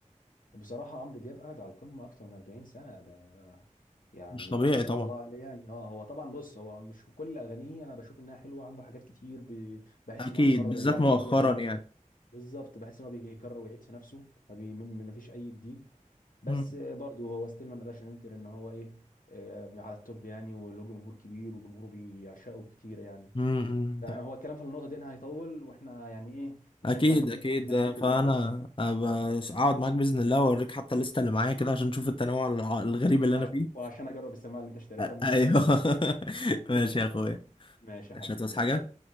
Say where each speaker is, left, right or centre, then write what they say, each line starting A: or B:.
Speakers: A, on the left (about 85°); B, on the left (about 40°).
A: بصراحة عمرو دياب قاعد على القمة أكتر من 40 سنة ده يعني
B: مش طبيعي
A: ما شاء
B: طبعا
A: الله عليه يعني اه هو طبعا بص هو مش كل أغانيه أنا بشوف إنها حلوة عنده حاجات كتير ب... بحس
B: اكيد
A: إن هو مكرر
B: بالذات
A: اللحن
B: مؤخرا
A: فيها مكرر
B: يعني
A: بالظبط بحس إن هو بيجي يكرر ويعيد في نفسه ما, بي... ما ما فيش أي جديد بس
B: مم.
A: برضه هو ستيل ما نقدرش ننكر إن هو إيه آه، على التوب يعني وله جمهور كبير وجمهوره بيعشقه كتير يعني
B: مم، مم،
A: هو
B: ده
A: الكلام في النقطة دي هيطول واحنا يعني ايه مش
B: اكيد
A: هينفع نتكلم
B: اكيد
A: عن الناس دي كلها
B: فانا أبقى اقعد معاك باذن الله واوريك حتى الليسته اللي معايا كده عشان تشوف التنوع الع- الغريب اللي
A: وع-
B: انا فيه
A: وعشان اجرب السماعه اللي انت اشتريتها
B: <laughs>
A: ممكن
B: ايوه
A: اشتري بيها
B: <laughs>
A: <laughs>
B: ماشي يا اخويا
A: ماشي يا
B: مش
A: حبيبي
B: هتعوز حاجه
A: يلا